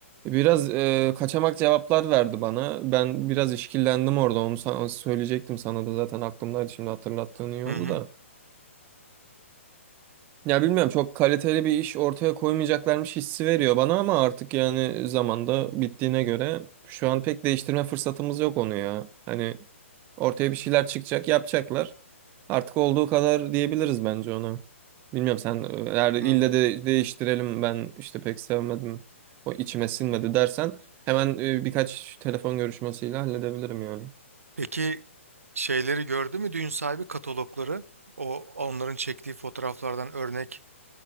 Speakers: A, on the right; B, on the right.
A: biraz e, kaçamak cevaplar verdi bana. Ben biraz işkillendim orada. Onu sana söyleyecektim sana da zaten aklımdaydı şimdi hatırlattığın iyi
B: Hı
A: oldu
B: hı.
A: da. Ya bilmiyorum çok kaliteli bir iş ortaya koymayacaklarmış hissi veriyor bana ama artık yani zamanda bittiğine göre şu an pek değiştirme fırsatımız yok onu ya. Hani Ortaya bir şeyler çıkacak, yapacaklar. Artık olduğu kadar diyebiliriz bence ona. Bilmiyorum sen e, eğer ille
B: Hı.
A: de değiştirelim ben işte pek sevmedim. O içime sinmedi dersen hemen e, birkaç telefon görüşmesiyle halledebilirim yani.
B: Peki şeyleri gördü mü düğün sahibi katalogları? O onların çektiği fotoğraflardan örnek